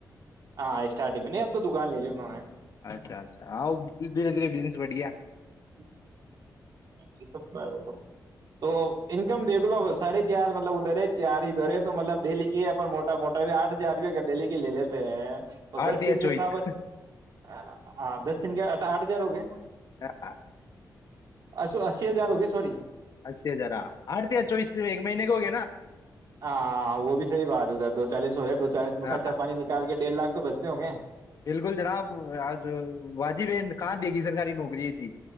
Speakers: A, on the right (about 65°); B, on the left (about 55°).
A: ہاں اسٹارٹنگ میں نہیں اب تو دکان لے لی <unintelligible>
B: اچھا اچھا ہاں دھیرے دھیے بزس بٹ گیا
A: ب یہ سب کا ہے وہ تو انکم دیکھ لو ساڑھے چار مطلب ادھر ہے چار ادھر ہے تو مطلب ڈیلی کی ہے موٹا موٹا آٹھ ہزار روپ ڈیلی کی لے لیتے ہیں تو
B: آرتیا
A: دس دن کے
B: چوئس
A: ساب ہاں دس تن کےٹ آٹ ہزار ہو گئے
B: ہاں
A: ا اسی ہزار ہو گئے سی
B: اسی ہزار ہ آر چوس ایک مہینے کا ہو گیا نا
A: ہاں وہ بھی صحی بات ہوتا ہے دو چالیس ہو رہے دو چالیس میں
B: ہاں
A: خرچا پانی نکال کے ڈیڑ لاکھ تو بچتے ہوں گے
B: بالکل جناب آج واجب بن کہاں دے گی سرکاری نوکری یہ چیز